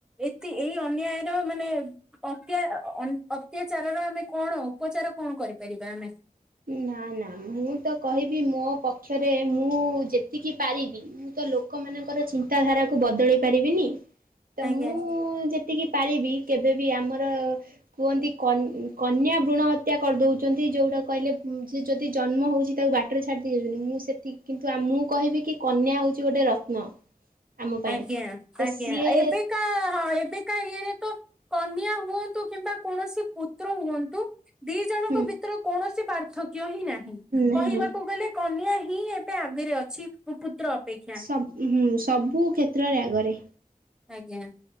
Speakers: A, in the centre; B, on the right.
A: ଏତେ ଏଇ ଅନ୍ୟାୟର ମାନେ ଅତ୍ୟା ଆ, ଅ, ଅନ୍ ଅତ୍ୟାଚାରର ଆମେ କଣ ଉପଚାର କଣ କରିପାରିବା ଆମେ?
B: ନା ନା ମୁଁ ତ କହିବି ମୋ ପକ୍ଷରେ ମୁଁ ଯେତିକି ପାରିବି ମୁଁ ତ ଲୋକମାନଙ୍କର ଚିନ୍ତାଧାରା କୁ ବଦଳେଇ ପାରିବିନି। ତ
A: ଆଜ୍ଞା
B: ମୁଁ ଯେ ତିକି ପାରିବି କେବେ ବି ଆମର କୁହନ୍ତି କନ୍ ଉଁ, କନ୍ୟା ଭୃଣ ହତ୍ୟା କରିଦଉଚନ୍ତି ଯୋଉଟା କହିଲେ ଉଁ, ଯିଏ ଯଦି ଜନ୍ମ ହଉଛି ତାକୁ ବାଟରେ ଛାଡ଼ିଦେଇ ଯାଉଚନ୍ତି ମୁଁ ସେତିକି କିନ୍ତୁ ଆ, ମୁଁ କହିବି କି କନ୍ୟା ହୋଉଛି ଗୋଟେ ରତ୍ନ। ଆମ ପାଇଁ
A: ଆଜ୍ଞା
B: ତ
A: ଆଜ୍ଞା
B: ସିଏ
A: ଏବେକା ହଁ ଏବେକା ଇଏ ରେ ତ କନ୍ୟା ହୁଅନ୍ତୁ କିମ୍ବା କୌଣସି ପୁତ୍ର ହୁଅନ୍ତୁ। ଦି ଜଣଙ୍କ
B: ହୁଁ
A: ଭିତରୁ କୌଣସି ପାର୍ଥକ୍ୟ ହିଁ ନାହିଁ
B: ନାହିଁ
A: କହିବାକୁ ଗଲେ କନ୍ୟା ହିଁ ଏବେ ଆଗରେ ଅଛି ପୁ ପୁତ୍ର ଅପେକ୍ଷା
B: ସବ ହୁଁ ସବୁ କ୍ଷେତ୍ରରେ ଆଗରେ।
A: ଆଜ୍ଞା